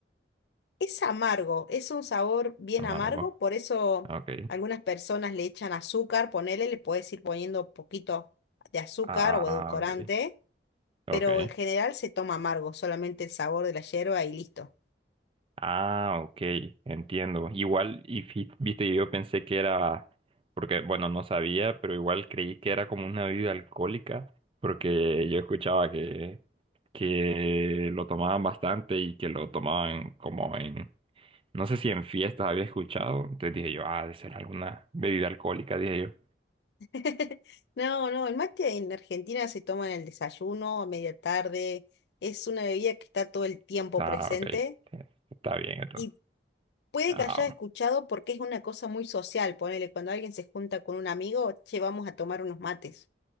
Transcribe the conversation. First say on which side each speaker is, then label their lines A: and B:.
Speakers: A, on the left; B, on the right.
A: Es amargo, es un sabor bien
B: Amargo.
A: amargo, por eso
B: Ok.
A: algunas personas le echan azúcar, ponele, le puedes ir poniendo poquito de azúcar
B: Ah,
A: o edulcorante,
B: ok. Ok.
A: pero en general se toma amargo, solamente el sabor de la yerba y listo.
B: Ah, ok, entiendo. Igual, y fi- viste, yo pensé que era, porque, bueno, no sabía, pero igual creí que era como una bebida alcohólica, porque yo escuchaba que, que lo tomaban bastante y que lo tomaban como en, no sé si en fiestas había escuchado, entonces dije yo, ah, debe ser alguna bebida alcohólica, dije yo.
A: <laughs> No, no, el mate en Argentina se toma en el desayuno, a media tarde, es una bebida que está todo el tiempo
B: Ah,
A: presente
B: ok, eh, está bien entonces.
A: y puede
B: Ah,
A: que hayas escuchado porque es una cosa muy social, ponele, cuando alguien se junta con un amigo, che, vamos a tomar unos mates.